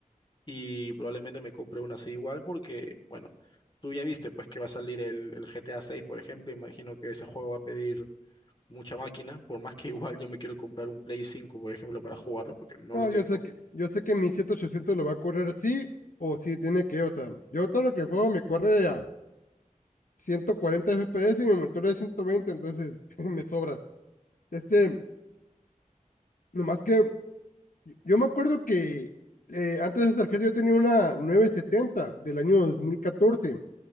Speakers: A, on the left; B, on the left.
A: y probablemente me compre una así igual porque, bueno, tú ya viste pues que va a salir el, el GTA 6, por ejemplo, imagino que ese juego va a pedir mucha máquina, por más que <laughs> igual yo me quiero comprar un Play cinco por ejemplo, para jugarlo porque no
B: No,
A: lo tengo.
B: yo sé que, yo sé que mi 7800 lo va a correr sí o sí, tiene que, o sea, yo todo lo que juego me corre a 140 FPS y mi monitor es 120, entonces <laughs> me sobra. Este, nomás que yo me acuerdo que eh, antes de esa tarjeta yo tenía una 970 del año 2014